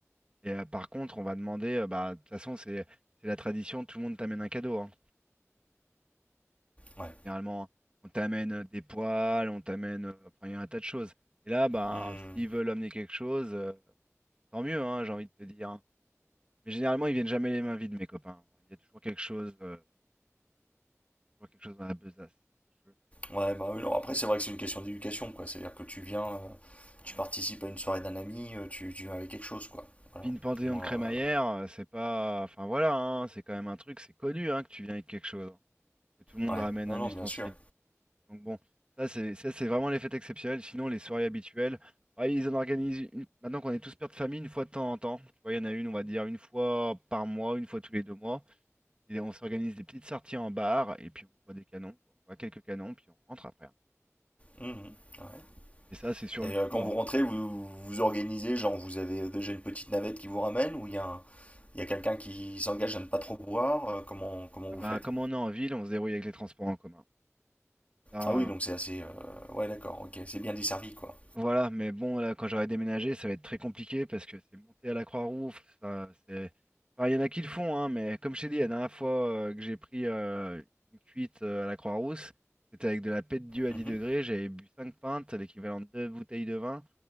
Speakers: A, on the right (about 20°); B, on the left (about 30°).
A: Et euh, par contre, on va demander... euh, bah, de toute façon, c'est c'est la tradition, tout le monde t'amène un cadeau. hein.
B: Ouais.
A: Généralement, on t'amène euh, des poils, on t'amène... euh, Enfin, il y a un tas de choses. Et là, bah,
B: Hmm.
A: s'ils veulent amener quelque chose, euh, tant mieux, hein, j'ai envie de te dire. hein. Mais généralement, ils viennent jamais les mains vides, mes copains. Il y a toujours quelque chose, euh, toujours quelque chose dans la besace. si tu veux.
B: Ouais, bah oui, non, après c'est vrai que c'est une question d'éducation, quoi. C'est-à-dire que tu viens, euh, tu participes à une soirée d'un ami, euh, tu, tu viens avec quelque chose, quoi. Voilà.
A: Puis une panthéon
B: Au moins,
A: de crémaillère,
B: euh,
A: euh, c'est pas. Enfin voilà, hein, c'est quand même un truc, c'est connu hein, que tu viens avec quelque chose, hein, que tout le monde
B: ouais.
A: ramène
B: Non,
A: un
B: non,
A: ustensile.
B: bien sûr.
A: Donc bon, ça c'est ça c'est vraiment les fêtes exceptionnelles. Sinon, les soirées habituelles, bah, ils en organisent une- maintenant qu'on est tous pères de famille, une fois de temps en temps. Tu vois, il y en a une, on va dire une fois par mois, une fois tous les deux mois. Et on s'organise des petites sorties en bar et puis on boit des canons, quoi. On boit quelques canons, puis on rentre après. hein.
B: Mhm. Ouais.
A: Et ça, c'est sur
B: Et
A: le coup.
B: euh, quand
A: hein,
B: vous rentrez, vous vous organisez, genre vous avez euh, déjà une petite navette qui vous ramène ou il y a un- il y a quelqu'un qui s'engage à ne pas trop boire, euh, comment, comment
A: Ah
B: vous
A: ben,
B: faites?
A: comme on est en ville, on se débrouille avec les transports en commun. Là,
B: Ah oui,
A: euh,
B: donc c'est assez. euh, Ouais, d'accord, ok. C'est bien desservi, quoi.
A: voilà, mais bon, là, quand j'aurai déménagé, ça va être très compliqué parce que c'est monter à la Croix-Rouge, ça, c'est... Enfin, il y en a qui le font, hein, mais comme je t'ai dit, la dernière fois euh, que j'ai pris euh, une cuite euh, à la Croix-Rousse, c'était avec de la paix de Dieu à
B: Mhm.
A: 10 degrés, j'avais bu 5 pintes, l'équivalent de deux bouteilles de vin.